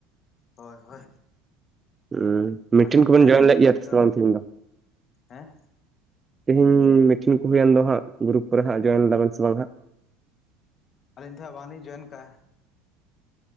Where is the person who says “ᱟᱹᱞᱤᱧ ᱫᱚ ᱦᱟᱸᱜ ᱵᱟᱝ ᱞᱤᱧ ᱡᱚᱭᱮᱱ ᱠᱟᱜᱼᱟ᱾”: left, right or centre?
Left